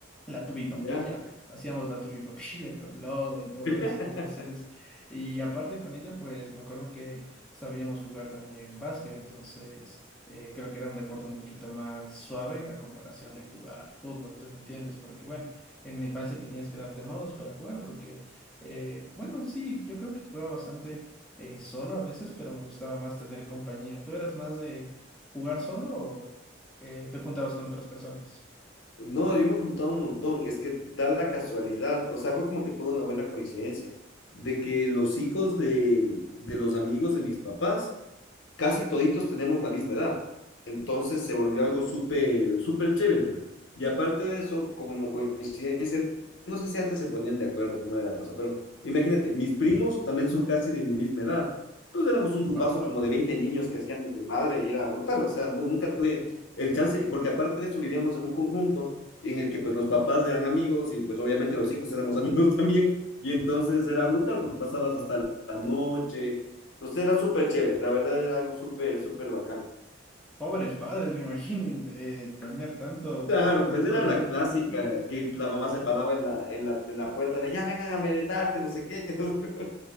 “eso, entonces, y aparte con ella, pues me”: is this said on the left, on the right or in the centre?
Centre